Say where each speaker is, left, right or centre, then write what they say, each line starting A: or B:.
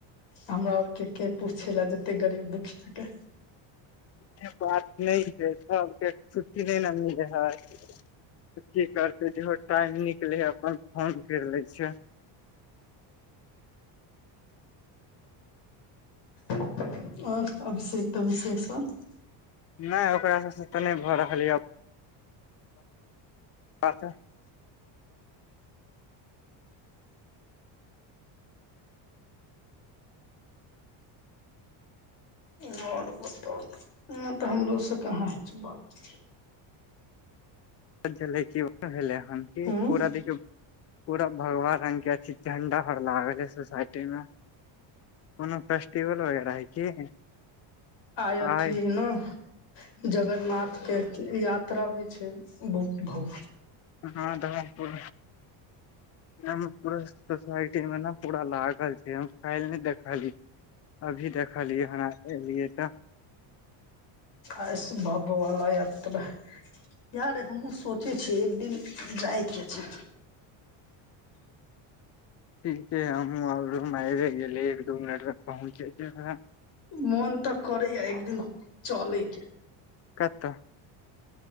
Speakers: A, on the left; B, on the left.
A: हमरा और के के पूछै लऽ जते गरीब दुखिया के
B: शे बात नहि है सबके छुट्टी नहि नऽ मीले हइ की करते जेहो टाइम निकले हे अपन फोन केर ले छय
A: आउ अभिषेक तऽ तभिषेक सब
B: नहि ओकरा सबसँ तऽ नहि भऽ रहल यऽ बात
A: ओर बताऊ नए तऽ हमरो सऽ कहाँ हो छै बात
B: कत जे भेलै हन कि
A: हूँ
B: पूरा देखियऔ पूरा भगवा रंग के झण्डा हर लागल यऽ सोसाइटी में कोनो फेस्टिवल वगैरा है की
A: आय अथि
B: आइ
A: ऐह नऽ जगन्नाथ के या यात्रा भी छै भो भो
B: हँ दारकपूर हम पूरा सोसाइटी मे नऽ पूरा लागल छै हम काईल नहि देखली अभी देखलियै हन एलियै तऽ
A: अस भव वाला यात्रा यारे हमहुँ सोचे छि कि एक दिन जाइके छै
B: ठीके हे हमहू आईबेगेली एक दू मिनट मे पहुँचे जेबई
A: मोन तऽ करया एकदिन चलेके
B: कतऽ